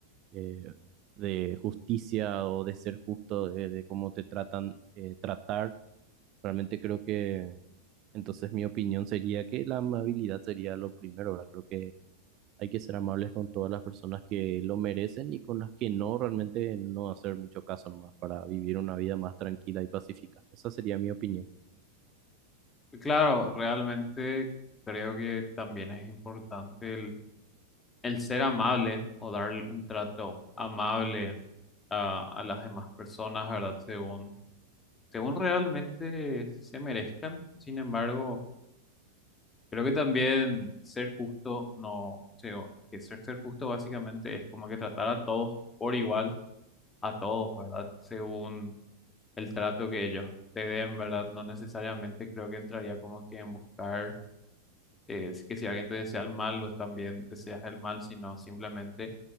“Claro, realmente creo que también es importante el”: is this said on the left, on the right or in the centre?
Left